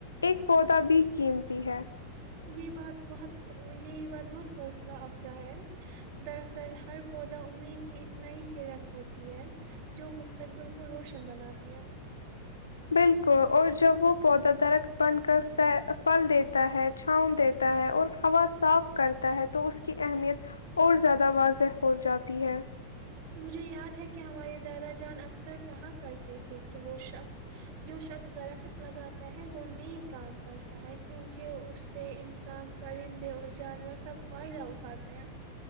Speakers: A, on the left; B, on the right.
A: ایک پودا بھی قیمتی ہے
B: یہ بات بہت یہ بات بہت حوصلہ افزا ہے دراصل ہر پودا امید کی ایک نئی کرن ہوتی ہے جو مستقبل کو روشن بناتی ہے
A: بالکل اور جب وہ پودا درخت بن کر پھل دیتا ہے چھاؤں دیتا ہے اور ہوا صاف کرتا ہے تو اس کی اہمیت اور زیادہ واضح ہو جاتی ہے
B: مجھے یاد ہے کہ ہمارے دادا جان اکثر کہا کرتے تھے کہ وہ شخص جو شخص درخت لگاتا ہے وہ ن کام کرتا ہے کیونکہ اس سے انسان پرندے اور جانور سب فائدہ اٹھاتے ہیں